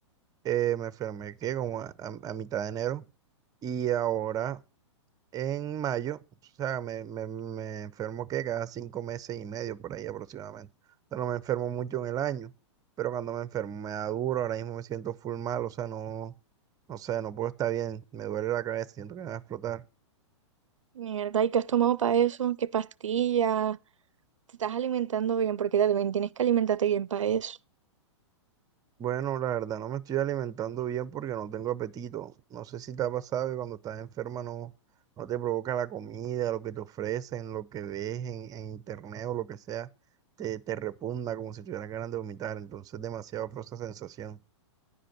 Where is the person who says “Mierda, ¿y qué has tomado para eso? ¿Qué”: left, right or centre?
Right